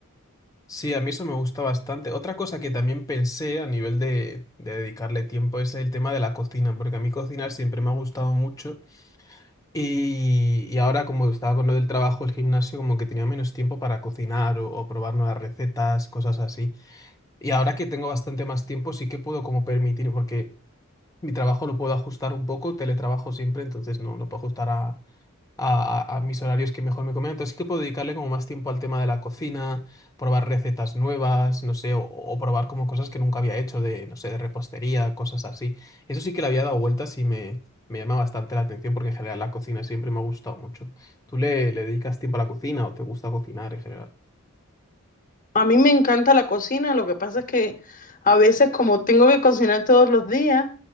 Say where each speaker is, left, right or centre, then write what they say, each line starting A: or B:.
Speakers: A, on the left (about 15°); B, on the left (about 40°).
A: Sí, a mí eso me gusta bastante. Otra cosa que también pensé a nivel de, de dedicarle tiempo es el tema de la cocina, porque a mí cocinar siempre me ha gustado mucho y, y ahora como estaba con lo del trabajo, el gimnasio, como que tenía menos tiempo para cocinar o, o probar nuevas recetas, cosas así. Y ahora que tengo bastante más tiempo, sí que puedo como permitir, porque mi trabajo lo puedo ajustar un poco, teletrabajo siempre, entonces no lo puedo ajustar a, a- a- a mis horarios que mejor me convengan. Entonces sí que puedo dedicarle como más tiempo al tema de la cocina, probar recetas nuevas, no sé, o, o probar como cosas que nunca había hecho de, no sé, de repostería, cosas así. Eso sí que le había dado vueltas y me, me llama bastante la atención porque en general la cocina siempre me ha gustado mucho. ¿Tú le, le dedicas tiempo a la cocina o te gusta cocinar en general?
B: A mí me encanta la cocina, lo que pasa es que a veces como tengo que cocinar todos los días,